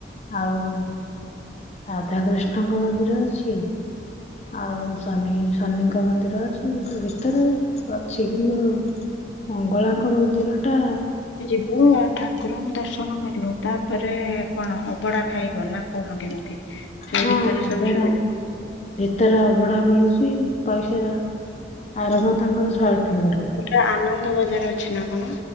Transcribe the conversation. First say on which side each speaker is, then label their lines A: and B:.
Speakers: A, on the left; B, on the left.
A: ଆଉ ରାଧାକୃଷ୍ଣଙ୍କ ମନ୍ଦିର ଅଛି। ଆଉ ଶନି ଶନିଙ୍କ ମନ୍ଦିର ଅଛି ସେ ଭିତରେ ଅଛି କିନ୍ତୁ ମଙ୍ଗଳାଙ୍କ ମନ୍ଦିର ଟା
B: ଯୋଉ ଠାକୁରଙ୍କୁ ଦର୍ଶନ କରିବ ତାପରେ କଣ ଅବଡା ଖାଇବ ନା କଣ କେମିତି? ସେ
A: ହଁ
B: ଭିତରେ
A: ଅବଢା
B: ସବୁ ସୁବିଧା।
A: ଭିତରେ ଅବଢା ମିଳୁଚି ପଇସା ଆରମ୍ଭ ତାଙ୍କର ଶହେ ଟଙ୍କା ରୁ।
B: ହେଟା ଆନନ୍ଦ ବଜାର ଅଛି ନା କଣ?